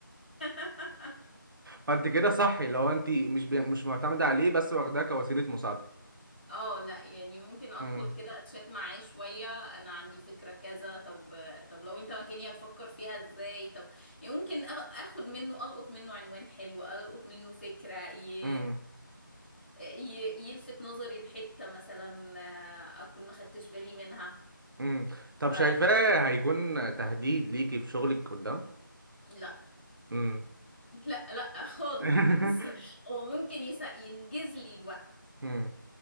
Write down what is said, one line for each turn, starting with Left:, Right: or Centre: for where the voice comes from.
Left: <laughs>
Right: فأنت كده صحي لو أنت مش بي... مش معتمدة عليه بس واخداه كوسيلة مساعدة
Left: اه لا يعني ممكن ادخل
Right: مم،
Left: كده اتشات معاه شوية انا عندي فكرة كذا طب طب لو انت مكاني هتفكر فيها ازاي طب يعني ممكن آ- اخد منه القط منه عنوان حلو القط منه فكرة ي...
Right: مم،
Left: ي... يلفت نظري لحتة مثلا آه، اكون ما خدتش بالي منها
Right: مم. طب
Left: ف
Right: شايفاه هيكون تهديد ليكي في شغلك قدام؟
Left: لا
Right: مم.
Left: لا لا خالص
Right: <laughs>
Left: <laughs> هو ممكن يس... ينجز لي الوقت
Right: مم.